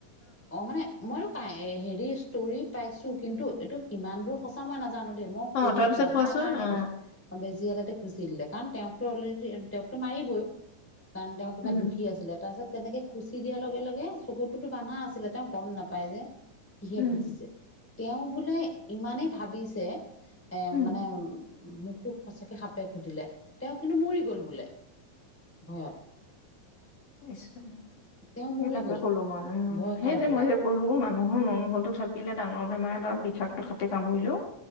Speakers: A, in the centre; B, on the left (about 65°).
A: অ মানে মইয়ো ক হেৰি ষ্টৰি পাইছো কিন্তু এইটো কিমান দূৰ সঁচা মই নাজানো মই
B: অ
A: পঢ়ি
B: তাৰপিছত
A: পঢ়াৰ
B: কোৱাচোন
A: কাৰণে
B: অ
A: কৈছো বেছ যিহতে খুচি দিলে কাৰণ তেওঁকতো অলৰেডি তেওঁকতটো মাৰিবই কাৰণ তেওঁ কিবা
B: উম
A: দুখী আছিলে তাৰপিছত তেনেকে খুচি দিয়াৰ লগে লগে চকুৰটোতো বান্ধা আ ছিলে তেওঁ গম নাপায় যে কিহে
B: উম
A: খুজিছে তেওঁ বোলে ইমানেই ভাবিছে এ
B: উম
A: মানে মুখটো সঁচাকে সাপে খুটিলে তেওঁ কিন্তু মৰি গ'ল বোলে। ভয়ত।
B: ইচ ৰাম
A: তেওঁ মৰি
B: সেই তাকে
A: গ'ল
B: ক'লো মই আৰু। উম,
A: ভয়
B: সেই
A: খাই
B: যে
A: পেলাই
B: মই যে ক'লো মানুহ মনোলটো থাকিলে ডাঙৰ ৰ' বেমাৰে বা বিষাক্ত সাপে কামুৰিলেও